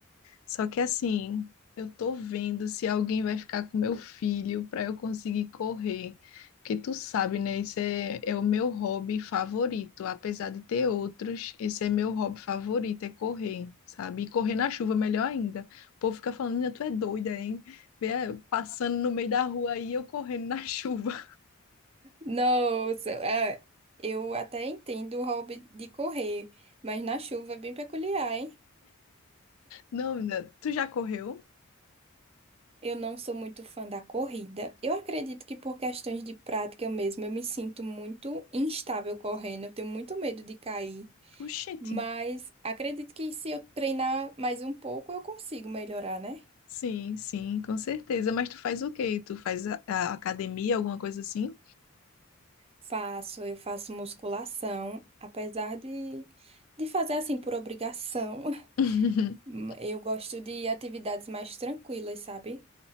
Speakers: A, on the left; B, on the right.
A: Só que assim, eu tô vendo se alguém vai ficar com meu filho para eu conseguir correr. Porque tu sabe, né? Esse é, é o meu hobby favorito. Apesar de ter outros, esse é meu hobby favorito, é correr, sabe? E correr na chuva, melhor ainda. O povo fica falando, "Nina, tu é doida, hein? Vê, eh, Passando no meio da rua aí, eu correndo na <laughs> chuva.
B: Nossa, ah, eu até entendo o hobby de correr, mas na chuva é bem peculiar, hein?
A: Não, menina, tu já correu?
B: Eu não sou muito fã da corrida. Eu acredito que por questões de prática mesmo, eu me sinto muito instável correndo, eu tenho muito medo de cair,
A: Oxente.
B: mas acredito que se eu treinar mais um pouco, eu consigo melhorar, né?
A: Sim, sim, com certeza. Mas tu faz o quê? Tu faz a, a academia, alguma coisa assim?
B: Faço, eu faço musculação, apesar de, de fazer assim por obrigação. <laughs>
A: <laughs>
B: Hum, Eu gosto de atividades mais tranquilas, sabe?